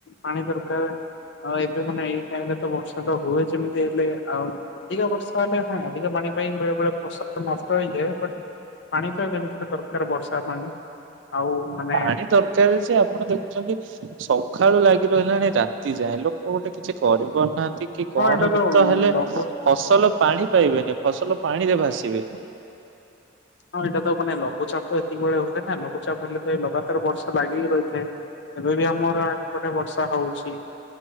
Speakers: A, on the left; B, on the right.
A: ପାଣି ଦରକାର। ଆଉ ଏବେ ମାନେ ଏଇ ଟାଇମ୍ ରେ ତ ବର୍ଷା ତ ହୁଏ, ସେମିତି ହେଲେ। ଆଉ ଅଧିକା ବର୍ଷା ହେଲେ ହଁ ଅଧିକା ପାଣି <unintelligible> ପାଇଁ ବେଳେବେଳେ ଫସଲ ନଷ୍ଟ ହେଇଯାଏ। ବଟ୍ ପାଣି ତ ଯେମିତି ଦରକାର ବର୍ଷା ପାଣି। ଆଉ ମାନେ
B: ପାଣି ଦରକାର ଯେ ଆପଣ ଦେଖୁଚନ୍ତି ସଖାଳୁ ଲାଗି ରହିଲାଣି ରାତି ଯାଏଁ ଲୋକ ଗୋଟେ କିଛି କରି ପାରୁନାହା ଏତିକି କଣ
A: ହଁ ଏଇଟା
B: ଏମିତ ତ ହେଲେ
A: ଲଘୁ ହଁ
B: ଫସଲ ପାଣି ପାଇବେନି। ଫସଲ ପାଣିରେ ଭାସିବେ।
A: ହଁ ଏଇଟା ତ ମାନେ ଲଘୁଚାପ ତ ଏତିକି ବେଳେ ହୁଏ ନା। ଲଘୁଚାପ ହେଲେ ତ ଏଇ ଲଗାତାର ବର୍ଷ ଲାଗିକି ରହିଥାଏ। ଏବେ ବି ଆମର ଏପଟେ ବର୍ଷା ହଉଛି।